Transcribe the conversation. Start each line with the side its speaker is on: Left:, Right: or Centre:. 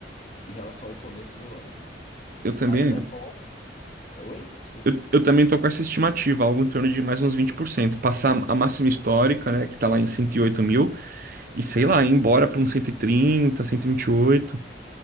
Left: em relação ao começo do ano, né?
Right: Eu também.
Left: Mas é bom. Oi? Desculpa.
Right: Eu, eu também tô com essa estimativa, algo em torno de mais uns vinte por cento, Passar a máxima histórica, né, que está lá em 108 mil, e sei lá, ir embora para uns 130, 128,